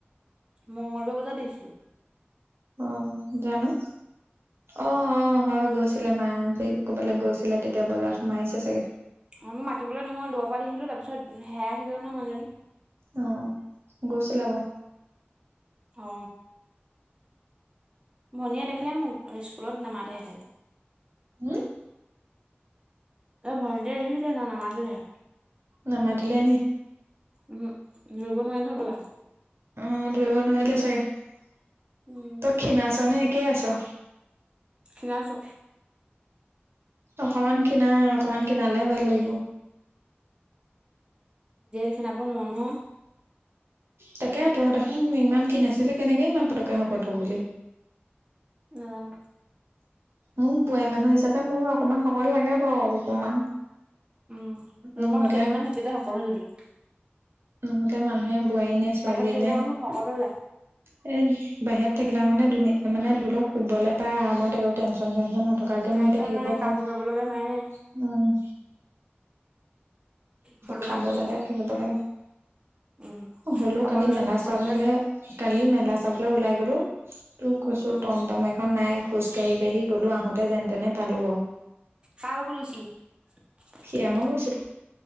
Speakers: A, on the right; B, on the right.
A: মঙ্গলবাৰ বজাত দেখিছিলোঁ
B: অ জানো অ অ হয় গৈছিলে মা স কবালৈ গৈছিলে তেতিয়া বজাৰত সোমাই আহিছে চাগে
A: অ মই মাতিবলৈ নহয় দুৰৰ পৰা দেখিলো তাৰপিছত হেৰাই থাকিলে নহয় মানুজনী
B: অ গৈছিলে বাৰু
A: অ ভনীয়ে দেখে মোক স্কুলত নামাতে হেনেকে
B: উম
A: ত ভন্তি আহিছিলে নামাতিলে
B: নামাতিলে নি
A: উম ৰুব নোৱাৰে নহয় ব'লা
B: অ ধুৰিব নোৱাৰিলে চাগে ত‌ই
A: উম
B: ক্ষীণাইছ নে একেই আছ?
A: ক্ষীণাইছো
B: অকমান ক্ষীণা অকমান ক্ষীণালে ভাল লাগিব।
A: ক্ষীণাব নোৱাৰো অ।
B: তাকে ত দেখোন ইমান ক্ষীণ আছিলি কেনেকে ইমান পতককে শকত হৈ গলি।
A: নাজানো।
B: মোক বোৱাৰী মানুহ হিচাপে মোৰ অকমান শকত লাগে বাৰু অকমান।
A: উম ৰুমত
B: নহলে
A: কেইদিনমান থাকিলে শকত হৈ যাবি।
B: নহলেত মানুহে বোৱাৰী নে ছোৱালী
A: বাহিৰত থাকিলে
B: নে এ
A: মানুহ শকত হৈ যায়
B: বাহিৰত থাকিলে মানে ধুনে মানে ধৰি লওক শুবলৈ পাই আৰামত একো টেনচন চেনচন নথাক- থকাকে
A: টেনচন
B: মই এতিয়া থাকিব
A: নাই
B: পাম
A: কাম কৰিব লগা নাইয়ে
B: উম।
A: সেইটো
B: খাব
A: কাৰণে
B: লাগে থাকিব লাগে।
A: উম
B: হ'লো
A: খাব
B: কালি
A: লাগে
B: মেলা
A: থাকিব
B: চাবলৈ
A: লাগে
B: কালি মেলা চাবলৈ ওলাই গলোঁ। তোৰ কৈছো
A: উম
B: টম টম এখন নাই খোজ কাঢ়ি কঢ়ি গলো আহোতে যেন তেনে পালো অ।
A: কাৰ লগত গৈছিলি?
B: সেয়া মই গৈছিলো